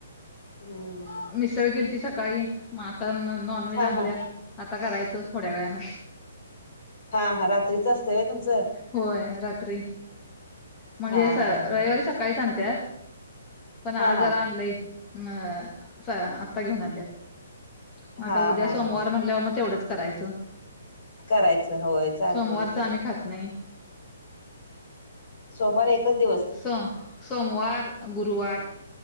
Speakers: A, on the left; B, on the left.
A: हम्म.
B: मिसळ केलती सकाळी. मग आता नॉन व्हेज
A: हा हा
B: आणल्यात. आता करायचं थोड्या वेळान.
A: हा हा. रात्रीच असतंय होय तुमचं
B: होय. रात्री म्हणजे
A: हा हा
B: रविवारी
A: हा
B: स- काळीच आणत्यात. पण आज
A: हा हा हा
B: जरा आणलंय. अ. आता घेऊन आल्यात. म
A: हा
B: आता
A: हा
B: उद्या
A: हा
B: सोमवार
A: हा
B: म्हणल्यावर मग तेवढंच करायचं.
A: करायचं. होय. चालतंय
B: सोमवारच
A: की
B: आम्ही खात नाही.
A: सोमवार एकच दिवस.
B: स सोमवार, गुरुवार,